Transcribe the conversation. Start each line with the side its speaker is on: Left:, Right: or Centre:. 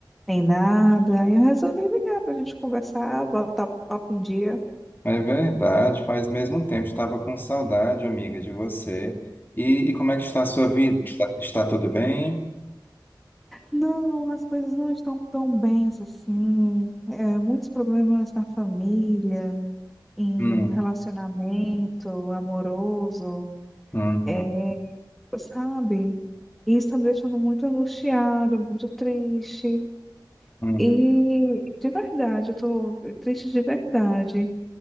Centre: nem nada. Aí eu resolvi ligar para a gente conversar, botar papo em dia.
Left: É verdade, faz mesmo tempo. Estava com saudade, amiga, de você. E, e como é que está a sua vida? Está, está tudo bem?
Centre: Não, as coisas não estão tão bens assim. É, muitos problemas na família, e
Left: Hum,
Centre: no relacionamento amoroso.
Left: hum,
Centre: É,
Left: hum,
Centre: sabe? Isso está me deixando muito angustiada, muito triste.
Left: hum,
Centre: E de verdade, eu tô triste de verdade.